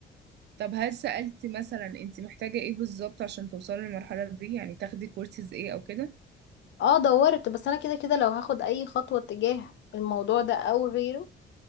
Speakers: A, on the right; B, on the left.
A: طب هل سألتي مثلا انت محتاجة ايه بالظبط عشان توصلي للمرحلة دي يعني تاخدي كورسز ايه او كده
B: اه دورت بس انا كده كده لو هاخد اي خطوة تجاه الموضوع ده او غيره